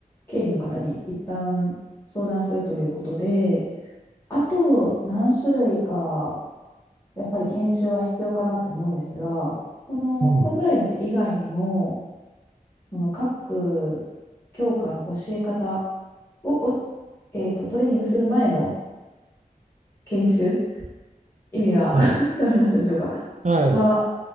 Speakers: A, on the left (about 15°); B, on the right (about 55°).
A: 経理の方に一旦相談するということで、あと何種類か、やっぱり研修は必要かなと思うんですが、そのコンプライアンス以外にも、
B: うん。
A: その各教科の教え方を、おえっと、トレーニングする前の研修、意味が
B: はい。
A: <laughs> 伝わりましたでしょうか
B: はい。
A: は、